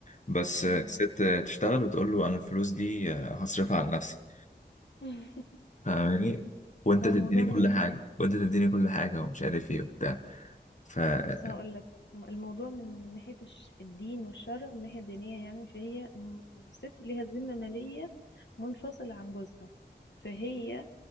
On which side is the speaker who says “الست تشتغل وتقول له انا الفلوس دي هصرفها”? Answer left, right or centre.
Left